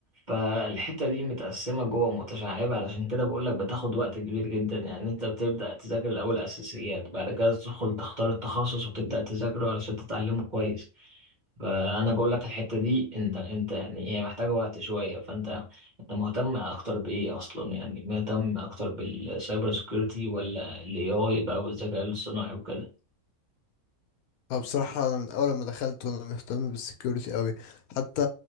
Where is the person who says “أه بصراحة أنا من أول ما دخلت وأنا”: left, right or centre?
Left